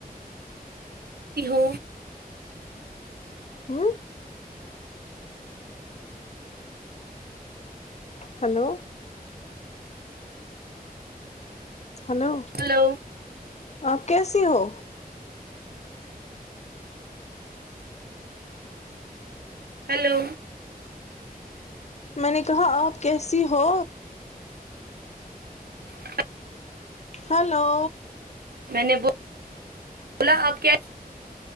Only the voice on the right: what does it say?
ہو
ہلو
ہلو
<unintelligible>
میں نے بولا آپ کیا